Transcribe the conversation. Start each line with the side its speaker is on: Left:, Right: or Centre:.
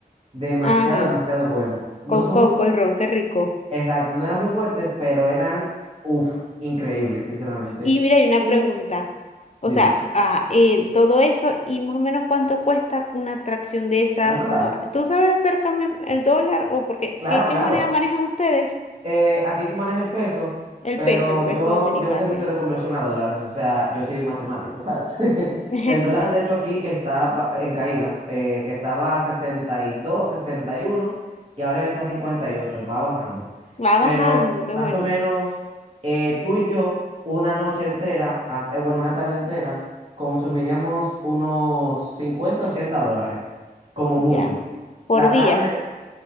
Right: Demasiado,
Left: ajá,
Right: demasiado bueno. No
Left: con
Right: son
Left: coco
Right: muy fuertes,
Left: y ron, qué rico.
Right: exacto, no eran muy fuertes, pero eran, uf, increíbles, sinceramente.
Left: Y mira, hay una
Right: Y
Left: pregunta. O
Right: dime,
Left: sea, ah, eh, todo eso y más o menos cuánto cuesta una atracción de esa,
Right: ¿cuánto
Left: como,
Right: sale?
Left: ¿tú sabes hacer cambio el dólar o porque
Right: Claro,
Left: qué, qué
Right: claro.
Left: moneda manejan ustedes?
Right: Eh, aquí se maneja el peso,
Left: El
Right: pero
Left: peso, el peso
Right: yo,
Left: dominicano
Right: yo sé mucho
Left: ya.
Right: de conversión a dólares, o sea, yo soy matemático, ¿sabes? <laughs>
Left: <laughs>
Right: El dólar, de hecho, aquí está ba- en caída, eh, estaba a sesenta y dos, sesenta y uno y ahora está a 58, va bajando.
Left: Va
Right: Pero
Left: bajando, qué
Right: más
Left: bueno,
Right: o menos eh, tú y yo, una noche entera, as- eh, bueno, una tarde entera, consumiríamos unos 50 80 dólares, como
Left: ya.
Right: mucho.
Left: Por
Right: La
Left: día,
Right: tarde,